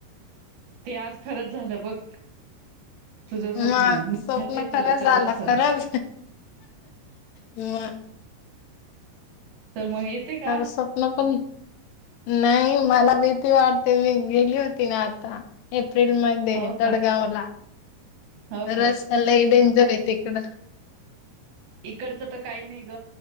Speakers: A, on the right; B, on the left.
A: ते आज खरंच झालं बघ. तुझं स्वप्न
B: मग
A: मी विचारते
B: स्वप्न
A: तुला
B: खर
A: चल
B: झालं
A: असं
B: खरं हम्म...
A: चल मग येते का?
B: खरं स्वप्न पण नाही मला भीती वाटते मी गेली होती ना आता ए एप्रिल मध्ये
A: हो
B: दडगाव
A: का
B: ला
A: हो
B: रस्ता लय डेंजरय तिकडं
A: इकडच तर काही नाही ग